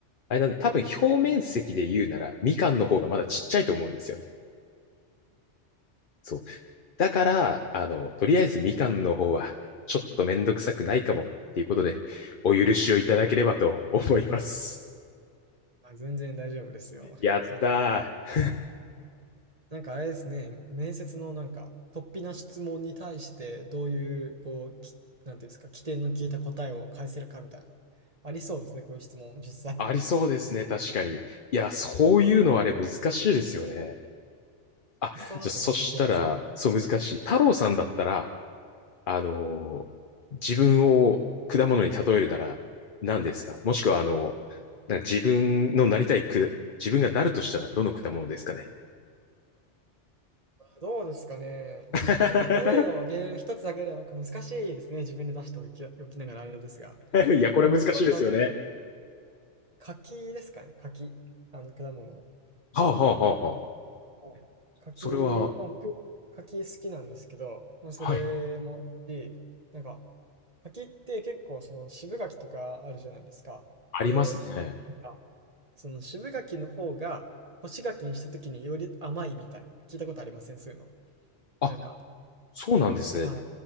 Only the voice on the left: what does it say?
あれなんで多分表面積で言うなら、みかんの方がまだちっちゃいと思うんですよね。そう。だから、あの、とりあえずみかんの方は、ちょっとめんどくさくないかもっていうことで、お許しをいただければと思います。
やったー。
ありそうですね、確かに。いや、そういうのあれ難しいですよね。
あ、
じゃあ、そしたら、そう難しい。太郎さんだったら、あのー自分を果物に例えるなら何ですかもしくは、あの、な自分のなりたいく、自分がなるとしたらどの果物ですかね
<laughs>
いや、これ難しいですよね。
はあ、はあ、はあ、はあ。
それは、
はい、
ありますね。
あ、
そうなんですね。